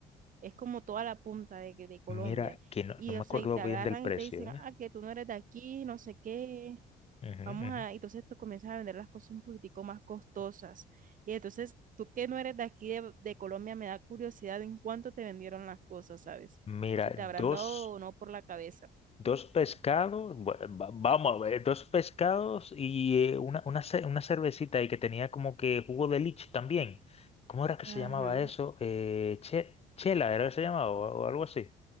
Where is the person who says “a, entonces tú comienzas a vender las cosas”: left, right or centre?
Right